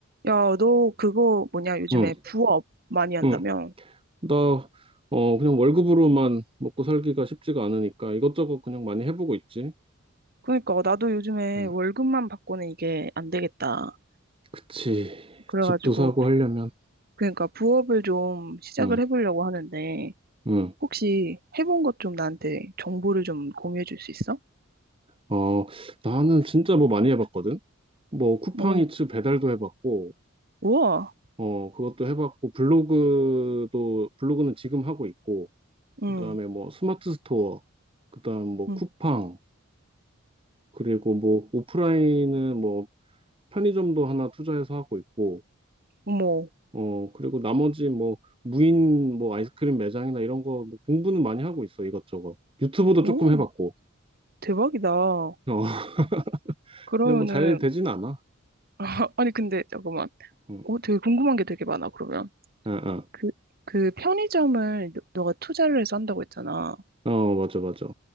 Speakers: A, on the right; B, on the right.
A: 야, 너 그거 뭐냐, 요즘에
B: 응,
A: 부업 많이 한다며?
B: 응. 나, 어, 그냥 월급으로만 먹고 살기가 쉽지가 않으니까 이것저것 그냥 많이 해보고 있지.
A: 그러니까, 나도 요즘에
B: 응,
A: 월급만 받고는 이게 안 되겠다.
B: 그치.
A: 그래가지고,
B: 집도 사고 하려면.
A: 그러니까 부업을 좀 시작을
B: 응,
A: 해보려고 하는데,
B: 응.
A: 혹시 해본 것 좀 나한테 정보를 좀 공유해 줄 수 있어?
B: 어, 나는 진짜 뭐 많이 해봤거든? 뭐 쿠팡이츠
A: 오,
B: 배달도 해봤고,
A: 우와,
B: 어, 그것도 해봤고, 블로그도, 블로그는 지금 하고 있고, 그
A: 응,
B: 다음에 뭐 스마트 스토어, 그 다음 뭐
A: 응,
B: 쿠팡, 그리고 뭐 오프라인은 뭐 편의점도 하나 투자해서 하고 있고,
A: 어머,
B: 어, 그리고 나머지 뭐 무인 뭐 아이스크림 매장이나 이런 거뭐 공부는 많이 하고 있어, 이것저것. 유튜브도
A: 오,
B: 조금 해봤고.
A: 대박이다.
B: 어, <laughs>
A: 그러면은,
B: 근데 뭐 잘 되진 않아.
A: 아, 아니, 근데 잠깐만.
B: 응.
A: 오, 되게 궁금한 게 되게 많아, 그러면.
B: 아, 아.
A: 그, 그 편의점을 너- 너가 투자를 해서 한다고 했잖아.
B: 어, 맞아, 맞아.